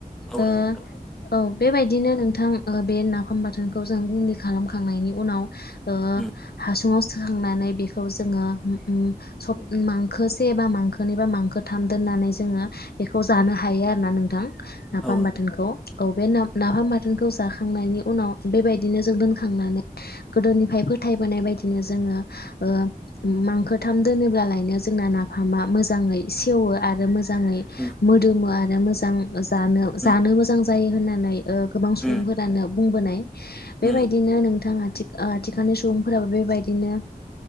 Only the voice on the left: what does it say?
ओ
औ बेबायदिनो नोंथां बे नाफाम बाथोनखौ जों गन्दै खालामखांनायनि उनाव ओ
हासुङाव सखांनानै बेखौ जोंङो उम सप मांखोसेबा मांखोनै बा मांखोथाम दोन नानै जोंङो बेखौ जानो हायो आरोना नोंथां नाफाम
बाथोनखौ औ बे ना नाफाम बा थोनखौ जाखांनायनि उनाव बेबायदिनो जों दोनखांनानै गोदोनिफ्राय फोथायबोनाय बायदिनो जोंङो ओ मांखोथाम दोनोब्लालायनो जोंना नाफामा मोजांङै सेवो आरो मो मोजाङै
मोदोमो आरो मोजां जानो
जानो मोजां जायो होननानै गोबां सुबुंफोरानो
बुंबोनाय बेबायदिनो
नोंथाङा थिख थिखानि सुबुंफोराबो बेबायदिनो